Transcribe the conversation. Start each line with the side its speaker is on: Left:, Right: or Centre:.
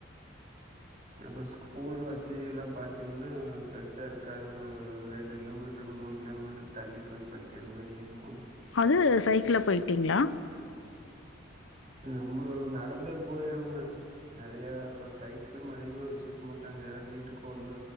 Right: நம்ம ஸ்கூல் வசதி எல்லா பாத்தீங்கனா பெருசா இருக்காது ஒரு ரெண்டு கிலோமீட் ட்ரூ மூணு கிலோமீட்ரூ தள்ளி போய் படிக்கிற மாரி இருக்கு
Left: அது சைக்கிள போயிட்டீங்ளா
Right: நம்ம நடந்தே போயிருவே நெறைய அப்ப சைக் ளும் அதிகமா வச்சிருக்க மாட்டாங்க வீட்டுக்கு ஒண்ணு